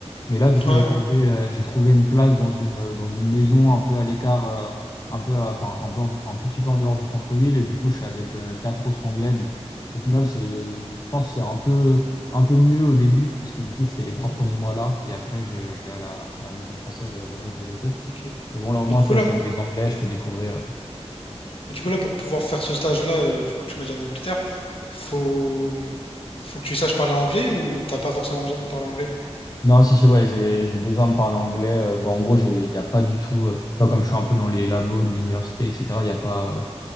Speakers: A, on the left; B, on the left.
A: Mais là, du coup,
B: ouais,
A: j'ai trouvé, euh, j'ai trouvé une place dans une, euh, dans une maison un peu à l'écart, euh, un peu, à- enfin, un peu, en- un tout petit peu en dehors du centre-ville. Et du coup, je suis avec euh, quatre autres Anglais. Donc, au final, c'est, je pense que c'est un peu, un peu mieux au début parce que du coup, je fais les
B: mhm,
A: trois premiers mois là et après, je, je vais à la, à la maison française euh, le reste de l'été.
B: ok.
A: Mais bon, là, au moins,
B: Mais du coup
A: tu vois,
B: là,
A: je suis avec des Anglais, je peux découvrir
B: mais du coup là, pour pouvoir faire ce stage-là, euh, du coup tu m'as dit en Angleterre, faut, faut que tu saches parler anglais ou t'as pas forcément besoin de parler anglais?
A: Non, si, si, ouais, j'ai, j'ai besoin de parler anglais. Euh, bon, en gros, j'ai, il n'y a pas du tout, euh, tu vois, comme je suis un peu dans les labos de l'université, etc., il n'y a pas, euh,